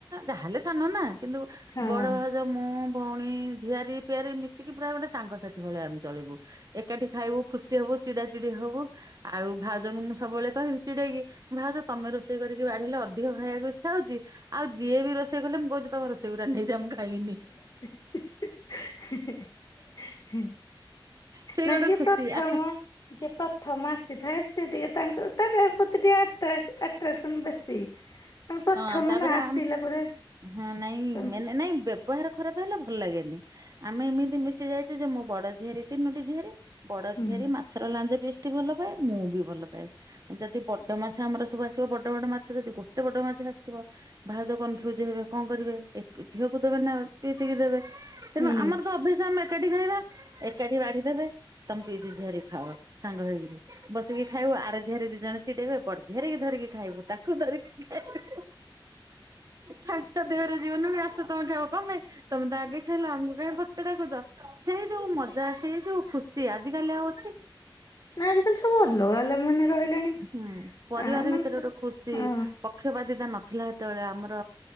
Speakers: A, on the right (about 45°); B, on the left (about 50°).
A: ଯାହାହଲେ ସାନ ନା କିନ୍ତୁ
B: ହଁ
A: ବଡ! ମୁଁ ଭଉଣୀ ଝିଆରିି ପିଆରି ମିଶିକି ପୁରା ଗୋଟେ ସାଙ୍ଗସାଥି ଭଳିଆ ଆମେ ଚଳିବୁ ଏକାଠି ଖାଇବୁ ଖୁସିହବୁ! ହବୁ ଚିଡା ଚିଡି ହବୁ ଆଉ ଭାଉଜ ମୁଁ ସବୁବେଳେ କହିବି ଚିଡେଇକି ଭାଉଜ ତମେ ରୋଷେଇ କରିକି ଅଧିକ ଖାଇବାକୁ ଇଛା ହଉଛି ଆଉ ଯିଏ ବି ରୋଷେଇ କଲେ ମୁଁ କହୁଛି ତମ ରୋଷେଇକୁ ରାନ୍ଧି ଦେଇଛ ମୁଁ ଖାଇବିନି
B: <unintelligible> ହିି ହି ହି
A: ସେଇ
B: ନାଇଁ
A: ଗୋଟେ
B: ଯେ
A: ଖୁସି
B: ପ୍ରଥମ
A: ଆ
B: ଯେ ପ୍ରଥମା ଆସିଥାଏ ସେ ଟିକେ ତାଙ୍କ ତାଙ୍କ ପ୍ରତି ଆଟ୍ରା ଆଟ୍ରାକ୍ସନ୍ ବେଶୀ ଆମେ ପ୍ରଥମେ
A: ହଁ ତାପରେ
B: ନା ଆସିଲା
A: ହଁ
B: ପରେ
A: ନାଇଁ
B: ହୁଁ
A: ମେନ ନାଇଁ ବ୍ୟବହାର! ଖରାପ ହେଲା ଭଲ ଲାଗେନି ଆମେ ଏମିତି ମିଶି ଯାଇଛୁ ଯେ ମୁଁ ବଡ ଝିଆରୀ ତିନୋଟି ଝିଆରୀ ବଡ
B: ହୁଁ
A: ଝିଆରୀ ମାଛର ଲାଞ୍ଜ ପିସ୍ ଟି ଭଲ ପାଏ ମୁଁ ବି ଭଲ ପାଏ ଯଦି ବଡ ମାଛ ଆମର ସବୁ ଆସିବ ବଡ ବଡ ମାଛ ଯଦି ଗୋଟେ ବଡ ମାଛ ଆସେ ଥିବ ଭାଉଜ କନଫ୍ୟୁଜ ହେବେ କଣ କରିବେ ଝିଅକୁ ଦେବେ ନା ପିସିକି ଦେବେ ତେଣୁ
B: ହୁଁ
A: ଆମର ତ ଅଭ୍ୟାସ ଆମେ ଏକାଠି ରହିବା ଏକାଠି ବାଢିଦେବେ ତମେ ପିଇସୀ ଝିଆରୀ ଖାଅ ସାଙ୍ଗ ହେଇକିରି ବସିକି ଖାଇବୁ ଆର ଝିଆରୀ ଦି ଜଣ ଚିଡେଇବେ ବଡ ଝିଆରି କି ଧରିକି ଖାଇବୁ ତାକୁ ଧରିକି ହେ ହେ ହେ ତାଙ୍କ ଦେହର ଜୀବନ ବି ଆସ ତମ ଖାଇବ ତମେ ତମେ ତା ଆଗେ ଖାଇଲ ଆମକୁ କାଇ ପଛେ ଡାକୁଛ ସେଇ ଯୋଉ ମଜା ସେଇ ଯୋଉ ଖୁସି ଆଜି କାଲି ଆଉ ଅଛି
B: ନା ଆଜିକାଲି ସବୁ ଅଲଗା ହେଲା ମାନେ ରହିଲାଣି
A: ହୁଁ ପରିବାର
B: ଆ ମାନେ
A: ଭିତରେ ଗୋଟେ ଖୁସି
B: ହଁ
A: ପକ୍ଷପାତିତା ନ ଥିଲା ସେତେବେଳେ ଆମର